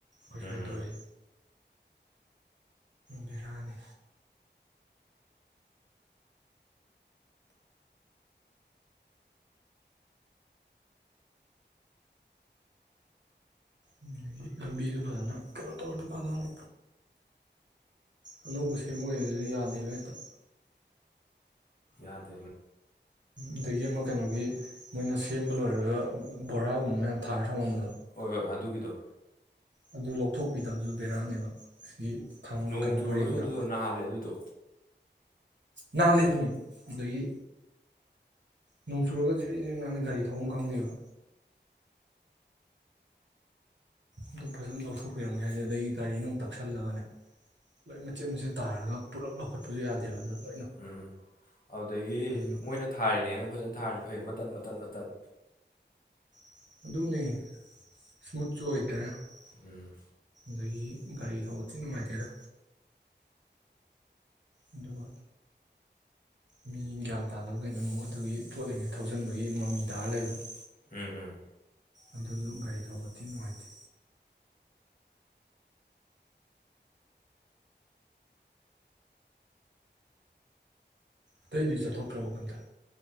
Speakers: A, on the right; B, on the left.
A: ꯀꯁꯣꯏ
B: ꯎꯝ
A: ꯇꯧꯔꯤ ꯕꯤꯔꯅꯤ ꯑꯗꯒꯤ ꯂꯝꯕꯤꯁꯨ ꯐꯖꯅ ꯀꯩꯅꯣ ꯇꯧꯔꯗꯤ ꯐꯗꯧꯅꯤ ꯑꯅꯧꯕ ꯁꯦꯝꯕ ꯑꯣꯏꯕꯗꯨꯁꯨ ꯌꯥꯗꯦꯕ ꯍꯦꯛꯇ
B: ꯌꯥꯗ
A: ꯑꯗꯒꯤ ꯑꯃꯛ ꯀꯩꯅꯣꯒꯤ ꯃꯣꯏꯅ ꯁꯦꯝꯕ ꯂꯣꯏꯔꯒ ꯕꯣꯔꯥꯒꯨꯝꯕ ꯃꯌꯥꯝ ꯊꯥꯔ ꯊꯝꯃꯝꯕꯗꯣ
B: ꯍꯣꯏ ꯍꯣꯏ ꯑꯗꯨꯒꯤꯗꯣ
A: ꯑꯗꯨ ꯂꯧꯊꯣꯛꯄꯤꯗꯕꯁꯨ ꯕꯦꯔꯥꯅꯦꯕ ꯁꯤ ꯊ
B: ꯅꯣꯡ
A: ꯀꯩꯅꯣ
B: ꯆꯨꯔꯒꯁꯨ
A: ꯄꯔꯦꯡꯗ
B: ꯑꯗꯨꯗꯣ ꯅꯥꯍꯜꯂꯦ ꯑꯗꯨꯗꯣ
A: ꯅꯥꯜꯂꯤꯗꯨꯅꯦ ꯑꯗꯒꯤ ꯅꯣꯡ ꯆꯨꯔꯒ ꯖꯤꯔꯤ ꯖꯤꯔꯤ ꯅꯥꯜꯂꯤ ꯒꯥꯔꯤ ꯊꯐꯝ ꯈꯪꯗꯦꯕ ꯑꯗꯨꯝ ꯐꯖꯅ ꯂꯧꯊꯣꯛꯄꯤꯔꯝꯒꯦ ꯍꯥꯏꯗꯤ ꯑꯗꯒꯤ ꯒꯥꯔꯤ ꯅꯨꯡꯛꯁꯜꯂꯒꯅꯦ ꯂꯣꯏ ꯃꯆꯦꯠ ꯃꯆꯦꯠ ꯇꯥꯔꯒ ꯄꯨꯂꯞ ꯂꯧꯈꯠꯄꯁꯨ ꯌꯥꯗꯦꯕ ꯑꯗꯨꯅ
B: ꯎꯝ ꯑꯗꯨꯗꯒꯤ
A: ꯎꯝ
B: ꯃꯣꯏꯅ ꯊꯥꯔꯤꯅꯤꯅ ꯐꯖꯅ ꯊꯥꯔꯁꯨ ꯐꯩ ꯃꯇꯠ ꯃꯇꯠ ꯃꯇꯠ
A: <unintelligible>
B: ꯎꯝ
A: ꯑꯗꯒꯤ ꯒꯥꯔꯤ ꯊꯧꯕꯗꯤꯤ ꯅꯨꯡꯉꯥꯏꯇꯦꯗ ꯑꯗꯨꯒ ꯃꯤ ꯒ꯭ꯌꯥꯟ ꯇꯥꯗꯧꯒꯤꯩꯅꯣ ꯑꯃꯨꯛ ꯑꯗꯨꯒꯤ ꯄꯣꯠꯂꯤꯉꯩ ꯊꯧꯖꯤꯟꯕꯒꯤ ꯃꯃꯤ ꯇꯥꯔ ꯂꯩꯕꯗꯣ
B: ꯎꯝ ꯎꯝ
A: ꯑꯗꯨꯁꯨ ꯒꯥꯔꯤ ꯊꯧꯕ ꯊꯤ ꯅꯨꯡꯉꯥꯏꯇꯦ ꯑꯇꯩꯗꯨꯗꯤ ꯆꯠꯊꯣꯛꯇ꯭ꯔꯕ ꯀꯟꯇ